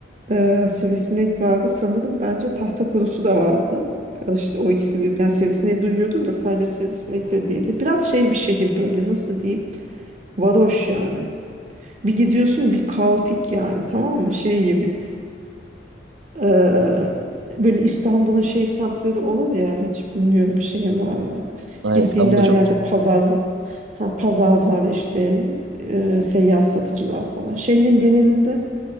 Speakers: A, on the right; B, on the right.
A: e, sivrisinek vardı. Sanırım bence tahta kurusu da vardı. Karıştı o ikisi bir. Ben sivrisineği duyuyordum da sadece sivrisinek de değildi. Biraz şey bir şehir böyle nasıl diyeyim? Varoş yani. Bir gidiyorsun bir kaotik yani tamam mı şey gibi Ee, böyle İstanbul'un şey semtleri olur ya hiç bilmiyorum şeyin var mı
B: Aynen
A: gittiğinde
B: İstanbul'da
A: her
B: çok
A: yerde pazarlı ha, pazarlar işte e, seyyar satıcılar falan şehrin genelinde